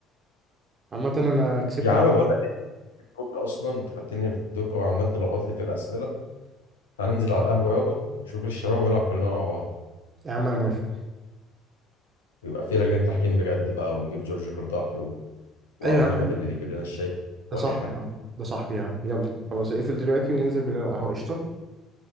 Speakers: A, on the right (about 40°); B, on the left (about 80°).
A: عامة انا كسبتك
B: يا عم بقول لك طوكيو أصلا أنت خدتني في طوكيو وعمال تلخبط لي في الأسئلة تعال ننزل على القهوة يابا نشوف الشباب ونلعب كلنا مع بعض
A: يا عم انا موافق
B: ويبقى في لجنة تحكيم بجد بقى ونجيب جورج قرطاحي وعم
A: ايوه يا عم
B: احمد اللي بيجيب لنا الشاي
A: ده
B: هو
A: صاحبي
B: اللي يحكم
A: يا عم ده صاحبي يا عم يلا خلاص اقفل دلوقتي وننزل بالقهوة قشطة